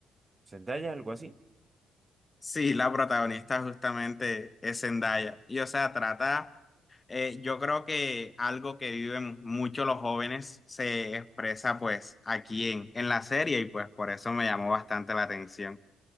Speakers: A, on the right (about 25°); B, on the left (about 25°).
A: Zendaya, algo así.
B: Sí, la protagonista justamente es Zendaya y o sea, trata Eh, yo creo que algo que viven mucho los jóvenes se expresa pues aquí en, en la serie y pues por eso me llamó bastante la atención.